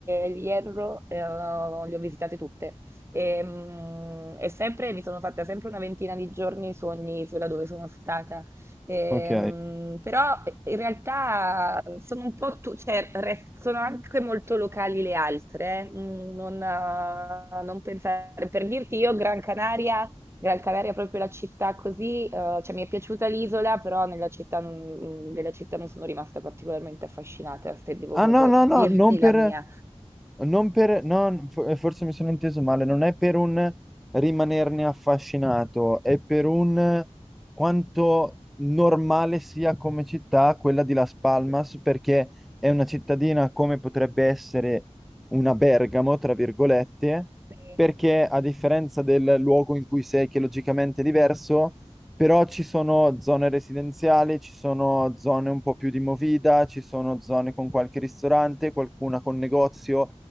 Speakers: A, on the right; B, in the centre.
A: il Hierro, eh, le ho visitate tutte. E, mm, e sempre mi sono fatta sempre una ventina di giorni su ogni isola dove sono stata. E,
B: Ok.
A: mm, però eh, in realtà sono un po' tu- cioè, re- sono anche molto locali le altre. eh. Mm, Non, eh, non pensare, per dirti io, Gran Canaria. Gran Canaria è proprio la città così, ehm, cioè mi è piaciuta l'isola, però nella città non mhmm, della città non sono rimasta particolarmente affascinata, se devo proprio
B: Ah no, no,
A: dirti
B: no, non per...
A: la mia.
B: Non per, non- for- forse mi sono inteso male, non è per un rimanerne affascinato, è per un quanto normale sia come città quella di Las Palmas, perché è una cittadina come potrebbe essere una Bergamo, tra virgolette,
A: Sì.
B: perché a differenza del luogo in cui sei, che logicamente è diverso, però ci sono zone residenziali, ci sono zone un po' più di movida, ci sono zone con qualche ristorante, qualcuna con negozio